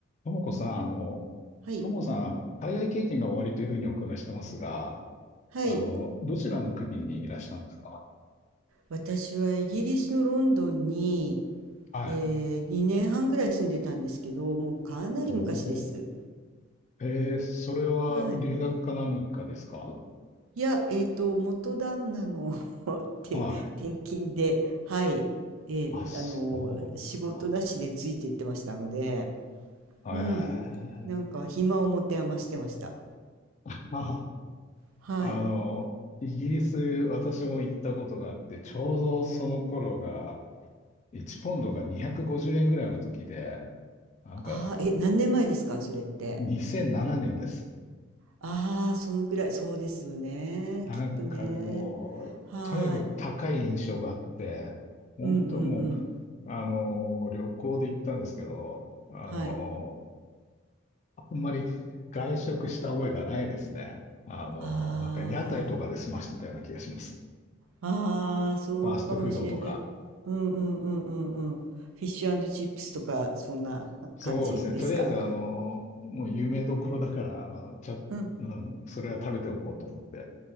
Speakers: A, on the left; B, on the right.
A: ともこさん、あの、
B: はい。
A: ともこさん、海外経験がおありというふうにお伺いしてますが、
B: はい。
A: あの、どちらの国にいらしたんですか
B: 私はイギリスのロンドンに、
A: はい。
B: えー、2年半ぐらい住んでたんですけど、もうかなり昔です。
A: おー、えー、それは留学か何かですか
B: はい。いや、えっと、元旦那の <laughs> 転、
A: はい。
B: 転勤で、はい。えー、
A: あ、そうですか。
B: あの、仕事なしでついて行ってましたので、
A: えー、
B: うん。なんか、暇を持て余してました。
A: ま
B: はい。
A: あ、あの、イギリス、私も行ったことがあって、ちょうどその頃が、1ポンドが250円ぐらいの時で、なんか、
B: ああ、え、何年前ですか、それって。
A: 2007年です。
B: ああ、そのくらい、そうですよね。
A: なんかね、
B: きっとね。
A: もう、
B: はい。
A: とにかく高い印象があって、本当も
B: うんうんうん。
A: う、あの、旅行で行ったんですけど、あの、
B: はい。
A: あんまり外食した覚えがないですね。あの、
B: あ
A: なんか屋台とかで済ましてたような気がします。
B: あ、ああ、そうかもしれない。
A: ファーストフードとか。
B: うんうんうんうんうん。フィッシュチップスとか、そんな感じですか。
A: そうですね。とりあえず、あの、もう有名どころだから、まあ、ちょ、
B: うん。
A: うん、それは食べておこうと思って、